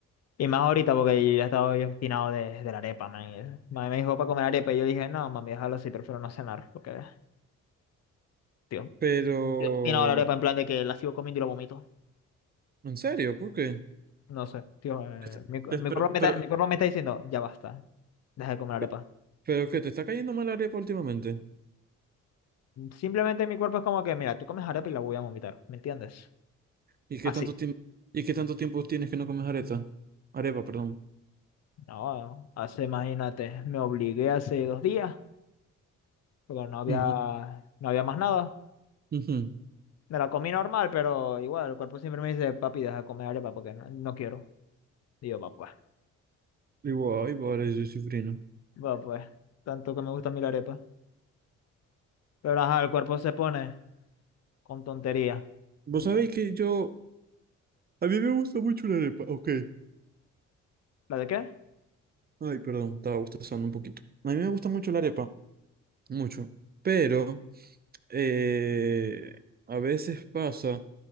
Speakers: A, on the left; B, on the right.
A: Y más ahorita porque yo ya estaba yo obstinado de, de la arepa, man. Mami me dijo para comer arepa y yo le dije, no, mami, déjalo así, prefiero no cenar. Porque tío,
B: Pero,
A: estoy obstinado de la arepa en plan de que la sigo comiendo y la vomito.
B: ¿en serio? ¿Por qué?
A: No sé, tío, eh,
B: Este-
A: mi, cu-
B: te-
A: mi
B: Pero,
A: cuerpo me
B: pero,
A: está, mi cuerpo me está diciendo, ya basta, deja de comer arepa.
B: ¿Qué- ¿Pero qué? ¿Te está cayendo mal la arepa últimamente?
A: Simplemente mi cuerpo es como que, mira, tú comes arepa y la voy a vomitar, ¿me entiendes?
B: ¿y qué
A: Así.
B: tanto tiempo y qué tanto tiempo tienes que no comes areta? Arepa, perdón.
A: No, hace, imagínate, me obligué hace dos días, porque no había,
B: Ujú,
A: no había más nada.
B: ujú.
A: Me la comí normal, pero igual, el cuerpo siempre me dice, papi, deja de comer arepa porque no, no quiero. Y yo, va pues,
B: Digo, ay, vale, soy cifrino.
A: va pues, tanto que me gusta a mí la arepa. Pero ajá, el cuerpo se pone con tontería.
B: Vos
A: En
B: sabéis
A: plan,
B: que yo... A mí me gusta mucho la arepa, ok.
A: ¿La de qué?
B: Ay, perdón, estaba bostezando un poquito. A mí me gusta mucho la arepa mucho. Pero eh, a veces pasa